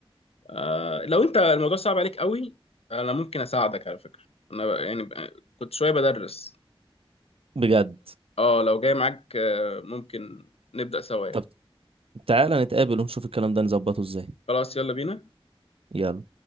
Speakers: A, on the left; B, on the right.
A: آه لو انت الموضوع صعب عليك قوي انا ممكن اساعدك على فكرة انا ب- يعني ب- كنت شوية بدرس
B: بجد
A: اه لو جاي معاك آه، ممكن نبدأ سوا يعني
B: طب تعالى نتقابل ونشوف الكلام ده نظبطه ازاي
A: خلاص يلا بينا
B: يلا